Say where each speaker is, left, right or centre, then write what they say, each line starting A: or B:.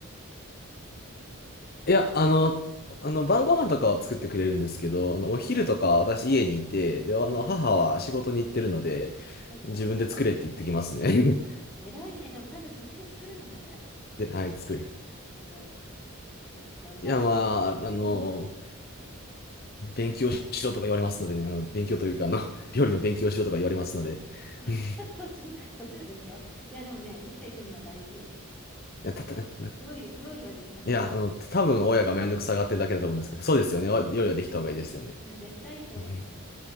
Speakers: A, in the centre; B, on the left.
A: そう。
B: いや、あの、あの、晩ご飯とかは作ってくれるんですけど、あの、
A: うん。
B: お昼とか私家にいて、
A: あ、
B: で、あの、
A: うんうん。
B: 母は仕事に行ってるので、
A: そっか、
B: 自分で作れって言ってきますね。
A: そうだよね。偉いね。でもちゃんと自分で作るのが偉い。
B: <laughs> で、はい、作る。
A: すごい。そっか。じゃあ、
B: いや、
A: 主食うん
B: まあ、あの、勉強しろとか言われますのでね、あの、勉強というか、あの、<laughs> 料理の勉強しろとか言われますので、<laughs> うんい
A: <laughs> そっち、そっちの勉強。いや、でもね、生きていくには大事よ。
B: や、た、
A: あの料理、
B: た、い
A: 料理はできた方がいい。
B: や、あの、多分親がめんどくさがってるだけだと思うんですけど、そうですよね。わ料理はできた方がいいですよね。
A: うん、絶対いいと思います。
B: <laughs> うん